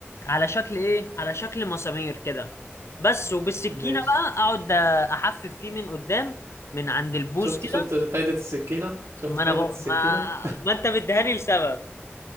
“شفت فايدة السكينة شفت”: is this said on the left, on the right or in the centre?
Right